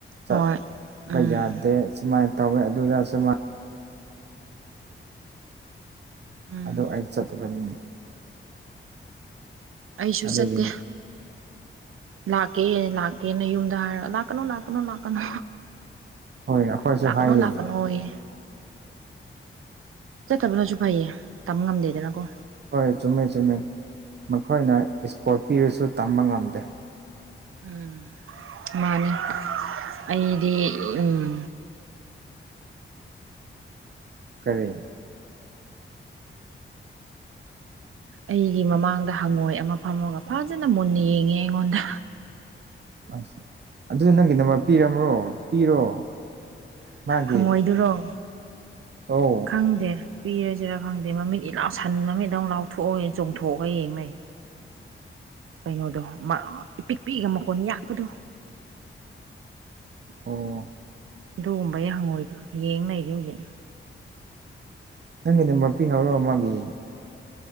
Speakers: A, on the right; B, on the right.
A: ꯆꯠꯄ
B: ꯍꯣꯏ ꯎꯝ
A: ꯌꯥꯗꯦ ꯁꯨꯃꯥꯏꯅ ꯇꯧꯋꯦ ꯑꯗꯨꯗ ꯁꯃꯥꯏ
B: ꯎꯝ
A: ꯑꯗꯨ ꯑꯩ ꯆꯠꯇꯕꯅꯤ
B: ꯑꯩꯁꯨ
A: ꯑꯗꯨꯒꯤꯅꯤ
B: ꯆꯠꯇꯦ ꯂꯥꯛꯀꯦ ꯂꯥꯛꯀꯦꯅ ꯌꯨꯝꯗ ꯍꯥꯏꯔꯒ ꯂꯥꯛꯀꯅꯨ ꯂꯥꯛꯀꯅꯨ ꯂꯥꯛꯀꯅꯨ
A: ꯍꯣꯏ ꯑꯩꯈꯣꯏꯁꯨ
B: ꯂꯅꯥꯀꯅ
A: ꯍꯥꯏꯌꯦ
B: ꯂꯅꯥꯀꯅ ꯑꯣꯏ ꯆꯠꯇꯕꯅꯁꯨ ꯐꯩꯌꯦ ꯇꯝꯕ ꯉꯝꯗꯦꯗꯅꯀꯣ
A: ꯍꯣꯏ ꯆꯨꯝꯃꯦ ꯆꯨꯝꯃꯦ ꯃꯈꯣꯏꯅ ꯏꯁꯀꯣꯔꯄꯤꯌꯣꯁꯨ ꯇꯝꯕ ꯉꯝꯗꯦ
B: ꯎꯝ ꯃꯥꯅꯤ ꯑꯩꯗꯤ ꯎꯝ
A: ꯀꯔꯤ
B: ꯑꯩꯒꯤ ꯃꯃꯥꯡꯗ ꯍꯪꯉꯣꯏ ꯑꯃ ꯐꯝꯃꯒ ꯐꯖꯅ ꯃꯨꯟꯅ ꯌꯦꯡꯉꯦ ꯑꯩꯉꯣꯟꯗ
A: ꯑ ꯑꯗꯨꯗ ꯅꯪꯒꯤ ꯅꯝꯕꯔ ꯄꯤꯔꯕ꯭ꯔꯣ ꯄꯤꯔꯣ ꯃꯥꯒꯤꯦ
B: ꯍꯪꯉꯣꯏꯗꯨꯔꯣ
A: ꯑꯧ
B: ꯈꯪꯗꯦ ꯄꯤꯔꯁꯤꯔꯥ ꯈꯪꯗꯦ ꯃꯃꯤꯠ ꯏꯂꯥꯎ ꯁꯟ ꯃꯃꯤꯠ ꯇꯧꯅ ꯂꯥꯎꯊꯣꯛꯑꯒ ꯆꯣꯡꯊꯣꯛꯑꯒ ꯌꯦꯡ ꯂꯩ ꯀꯩꯅꯣꯗꯣ ꯏꯄꯤꯛ ꯄꯤꯛꯑꯒ ꯃꯀꯣꯟ ꯌꯥꯛꯄꯗꯣ
A: ꯑꯣ
B: ꯑꯗꯨꯒꯨꯝꯕꯒꯤ ꯍꯪꯉꯣꯏꯗꯣ ꯌꯦꯡ ꯂꯩꯔꯤ ꯍꯧꯖꯤꯛ
A: ꯅꯪꯒꯤ ꯗꯃꯛ ꯄꯤꯈꯔꯕ‌ꯣ ꯃꯥꯒꯤ